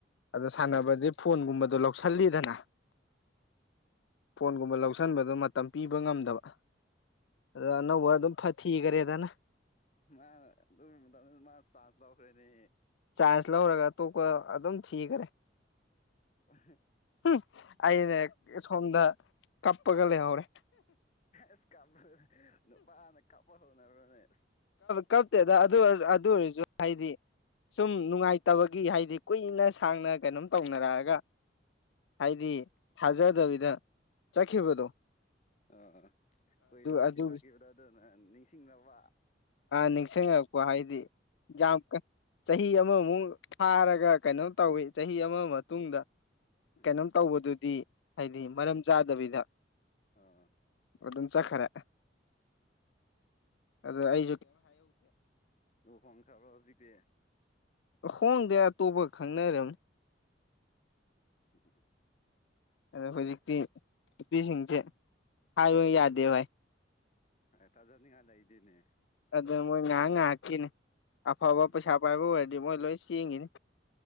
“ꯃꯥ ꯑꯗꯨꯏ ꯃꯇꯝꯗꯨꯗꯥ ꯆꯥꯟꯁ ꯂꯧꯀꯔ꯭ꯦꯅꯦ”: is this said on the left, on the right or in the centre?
Left